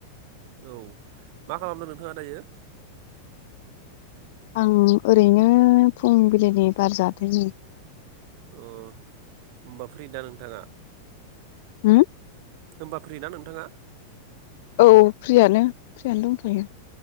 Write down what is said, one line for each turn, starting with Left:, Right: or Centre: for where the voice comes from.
Right: औ मा खालामदों नोंथाङा दायो
Left: आं ओरैनो फुंबिलिनि बार जादों नै
Right: अ होमबा फ्रि दा नोंथाङा
Left: होम
Right: होमबा फ्रि ना नोंथाङा
Left: औ फ्रियानो फ्रियानो दंथयो